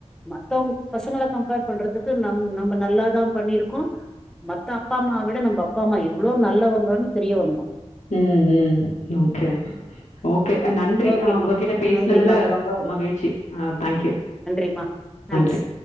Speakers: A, in the centre; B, on the left.
A: மத்தவங்க பசங்கள கம்பேர் பண்றதுக்கு நம் நம்ம நல்லாதா பண்ணிருக்கோ மத்த அப்பா அம்மாவ விட நம்ம அப்பா அம்மா எவ்ளோ நல்லவங்கன்னு தெரிய வந்துரு
B: ம் ம் ஓகே ஓகே நன்றி
A: ஓகேம்மா
B: உங்ககிட்ட பேசனதுல
A: நன்றிம்மா
B: ரொம்ப மகிழ்ச்சி அ தேங்க்யூ
A: ஏமா தேங்க்ஸ்
B: நன்றி